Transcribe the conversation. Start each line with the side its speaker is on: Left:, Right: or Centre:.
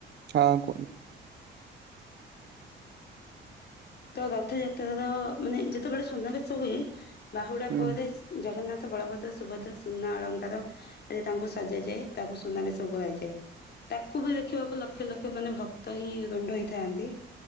Right: ହଁ କୁହନ୍ତୁ।
Left: ତ ରଥଯାତ୍ରାତ ମାନେ ଯେତେବେଳେ ସୁନା ବେସ ହୁଏ। ବାହୁଡ଼ା
Right: ହୁଁ
Left: ପରେ ଜଗନ୍ନାଥ ବଳଭଦ୍ର ସୁଭଦ୍ରା। ସୁନା ଅଳଙ୍କାର ରେ ତାଙ୍କୁ ସଜେଇ ଯାଏ ତାକୁ ସୁନାରେ ସବୁ ହେଇଯାଏ। ତାକୁ ବି ଦେଖିବାକୁ ଲକ୍ଷ ଲକ୍ଷ ମାନେ ଭକ୍ତ ହିଁ ରୁଣ୍ଡ ହେଇଥାନ୍ତି।